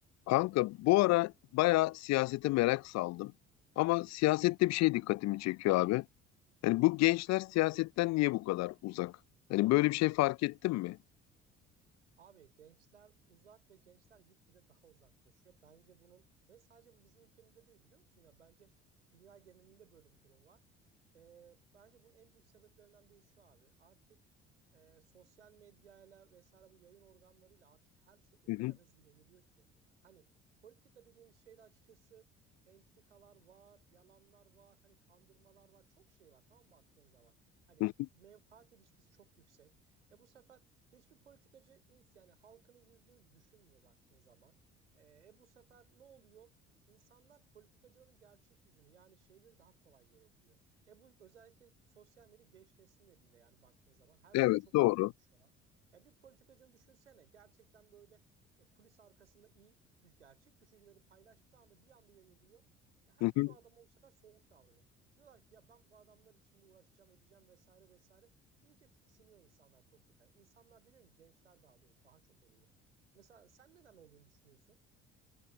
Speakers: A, on the left; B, on the right.
A: Kanka bu ara bayağı siyasete merak saldım. Ama siyasette bir şey dikkatimi çekiyor abi. Yani bu gençler siyasetten niye bu kadar uzak? Hani böyle bir şey fark ettin mi?
B: Abi gençler uzak ve gençler gitgide daha uzaklaşıyor. Bence bunun ve sadece bu bizim ülkemizde değil biliyor musun ya bence dünya genelinde böyle bir durum var. Ee, bence bunun en büyük sebeplerinden biri şu abi. Artık e, sosyal medyayla vesaire bu yayın organlarıyla artık her şey o
A: Hı
B: kadar
A: hı.
B: hızlı yayılıyor ki. Hani politika dediğimiz şeyde açıkçası entrikalar var, yalanlar var, hani kandırmalar var. Çok şey var tamam mı baktığın zaman. Hani
A: Hı hı.
B: menfaat ilişkisi çok yüksek. E bu sefer Hiçbir politikacı ins- yani halkını yüzde yüz düşünmüyor baktığın zaman. Ee, E, bu sefer ne oluyor? İnsanlar politikacıların gerçek yüzünü yani şeyleri daha kolay görebiliyor. E bu özellikle sosyal medya genç neslin elinde yani baktığın zaman her
A: Evet
B: şeye çok
A: doğru.
B: çabuk ulaşıyorlar. Ya bir politikacını düşünsene gerçekten böyle e, kulis arkasında iyi düş- gerçek düşünceleri paylaştığı anda bir anda yayılıyor. E, herkes
A: Hı hı.
B: o adama bu sefer soğuk davranıyor. Diyorlar ki ya ben bu adamlar için mi uğraşacağım edeceğim vesaire vesaire. İyice tiksiniyor insanlar politikaya. İnsanlar demiyorum ki gençler daha doğrusu daha çok oluyor. Mesela sen neden olduğunu düşünüyorsun?